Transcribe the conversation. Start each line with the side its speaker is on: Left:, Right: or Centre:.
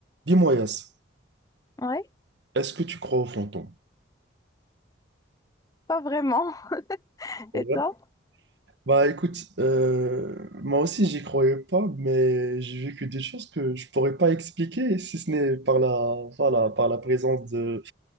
Right: Dis-moi, Yas,
Left: Ouais,
Right: est-ce que tu crois aux fantômes?
Left: pas vraiment. <laughs>
Right: Ouais.
Left: Et toi?
Right: Bah écoute, euh, moi aussi j'y croyais pas, mais j'ai vécu des choses que je pourrais pas expliquer si ce n'est par la, voilà, par la présence de,